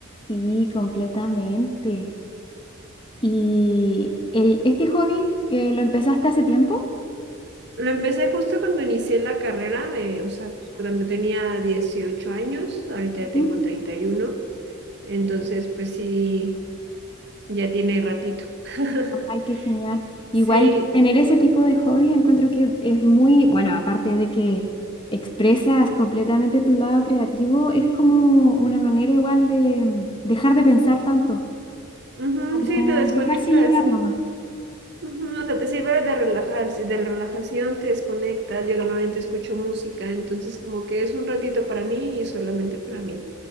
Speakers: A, on the left; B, on the right.
A: Sí, completamente. ¿Y el, este hobby eh, lo empezaste hace tiempo?
B: Lo empecé justo cuando inicié la carrera, de, o sea, pues, cuando tenía 18 años, ahorita ya tengo
A: Ujú.
B: treinta y uno entonces pues sí, ya tiene ratito. <laughs>
A: Ay, qué genial. Igual
B: Sí,
A: tener ese tipo de hobbies encuentro que es muy, bueno, aparte de que expresas completamente tu lado creativo, es como una manera igual de mm, dejar de pensar tanto,
B: ujú,
A: como
B: sí, te desconectas.
A: dejarse llevar nomás.
B: Ujú, O sea, te sirve de relajar, si de relajación te desconectas. Yo normalmente escucho música, entonces como que es un ratito para mí y solamente para mí.